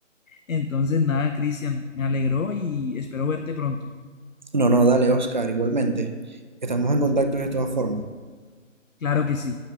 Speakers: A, on the left; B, on the right.
A: Entonces, nada, Cristian, me alegró y espero verte pronto.
B: No, no, dale, Oscar, igualmente. Estamos en contacto de todas formas.
A: Claro que sí.